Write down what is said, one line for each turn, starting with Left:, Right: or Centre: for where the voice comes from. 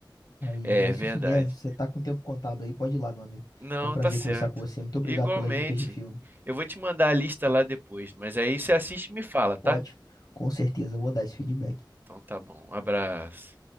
Left: Aí,
Right: é
Left: mas
Right: verdade.
Left: enfim, é, você tá com o tempo contado aí, pode ir lá, meu amigo.
Right: Não,
Left: Foi um prazer
Right: tá certo.
Left: conversar com você. Muito obrigado
Right: Igualmente.
Left: pelas dicas de filme.
Right: Eu vou te mandar a lista lá depois, mas aí você assiste e me fala, tá?
Left: Ótimo, com certeza, eu vou dar esse feedback.
Right: Então tá bom. Um abraço.